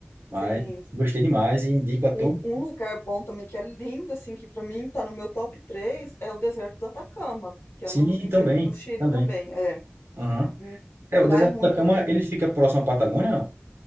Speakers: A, on the right (about 65°); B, on the left (about 65°).
A: Mas
B: sim.
A: gostei demais e indico a todos.
B: Um, um lugar bom também que é lindo, assim, que pra mim tá no meu top 3 é o deserto do Atacama, que
A: Sim,
B: é no, em
A: também,
B: San- no Chile
A: também.
B: também. É.
A: Aham.
B: Uhum.
A: É, o
B: Lá
A: deserto
B: é muito
A: do Atacama,
B: lindo.
A: ele fica próximo à Patagônia, não?